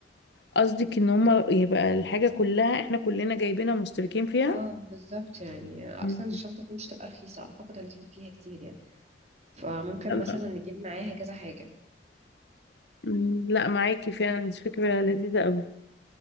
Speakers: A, on the left (about 65°); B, on the right (about 40°).
A: قصدك ان هما يبقى الحاجة كلها احنا كلنا جايبينها مشتركين فيها
B: اه بالظبط يعني اصلا
A: مم.
B: الشنطة دي مش تبقى رخيصة اعتقد هندفع فيها كتير يعني فممكن
A: لا
B: مثلا نجيب معاها كذا حاجة
A: مم، لا، معاكي فعلا دي فكرة لذيذة قوي